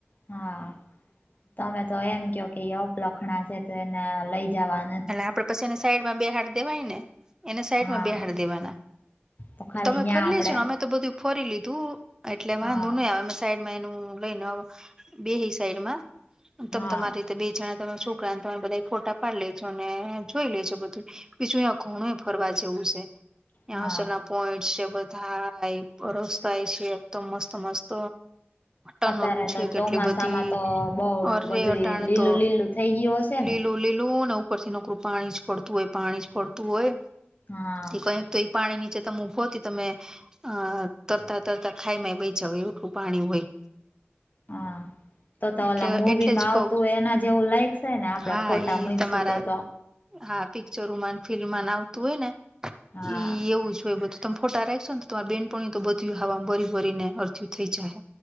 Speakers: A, on the left (about 40°); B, on the right (about 15°).
A: હા. તમે તો એમ ક્યો કે ઈ અપલખણા સે તો એને લઈ જવાન
B: એટલે આપડે પછી એને સાઈડમાં બેહાર દેવાય ને. એને સાઈડમાં
A: હા
B: બેહાર દેવાના.
A: તો ખાલી
B: તમે
A: ન્યા
B: ફરી
A: આપડે
B: લેજો ને અમે તો બધુંય ફરી લીધું, એટલે
A: હા
B: વાંધો નહીં આવે, અમે સાઈડમાં એનું લઈને બેહી સાઈડમાં. તમ
A: હા
B: તમારી રીતે બેય જણા તમારા છોકરા તમારે બધા ફોટા પાડી લે જોને જોઈ લેજો બધુંય. બીજું યાં ઘણુંય ફરવા જેવું સે. <unintelligible>
A: હા
B: પોઈન્ટસ છે બધાર, રસ્તાંય છે એકદમ મસ્ત-મસ્ત. ટનલું
A: અત્યારે
B: છે
A: તો
B: કેટલી
A: ચોમાસામાં
B: બધી.
A: તો બઉ
B: અરે
A: બધું
B: અટાણે
A: લીલું
B: તો
A: લીલું થઈ ગયો હશે
B: લીલું-લીલું
A: ને
B: ને ઉપરથી નકરું પાણી જ પડતું હોય, પાણી જ પડતું હોય.
A: હા
B: તો કંઈક તો ઈ પાણી નીચે ત ભોથી તમે અ તરતા તરતા ખાઈ ય વહી જાવ એઠું પાણી હોય
A: હા તો તો
B: એટલે
A: ઓલા મવીમાં
B: એટલે જ
A: આવતું
B: કહ
A: હોય એના જેવું લાગશે ને આપડે
B: હા
A: ફોટા
B: ઈ
A: મૂકશું
B: તમારા
A: તો તો
B: હા પિક્ચરોમાં ફિલ્મ ન આવતું હોય ને
A: હા
B: ઈ એવું જ હોય બધું તમે ફોટા રાખશો ને તો તમારે બેનપણ તો બધ હવામાંમાં મરી ભરીને અડથયું થઈ જાય